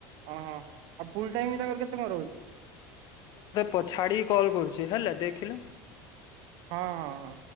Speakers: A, on the right; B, on the left.
A: ହ ହଁ ଆଉ ଫୁଲ ଟାଇମ ବି ତାଙ୍କର କେତେ ମର ହହୁଛି
B: ପଛାଡ଼ି କଲ୍ କରୁଛି ହେଲା ଦେଖିଲ?
A: ହଁ ହଁ ହଁ।